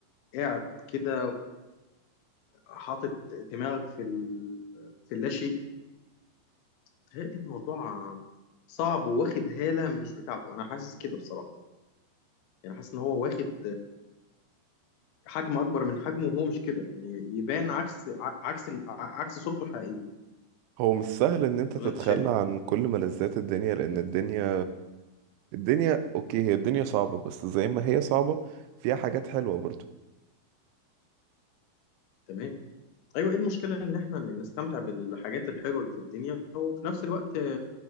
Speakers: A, on the left; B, on the right.
A: قاعد كده حاطط دماغك في ال... في اللاشيء بيتهيألي الموضوع صعب وواخد هاله مش بتاعته انا حاسس كده بصراحه يعني حاسس ان هو واخد حجم اكبر من حجمه وهو مش كده يعني يبان عكس ع- عكس ال- ع- عكس صورته الحقيقيه
B: هو مش سهل ان انت
A: ولا
B: تتخلى
A: انت شايف ايه
B: عن كل ملذات الدنيا لان الدنيا الدنيا اوكي هي الدنيا صعبة بس زي ما هي صعبة فيها حاجات حلوة برضو
A: تمام ايوه ايه المشكله ان احنا نستمتع بالحاجات الحلوه اللي في الدنيا وفي نفس الوقت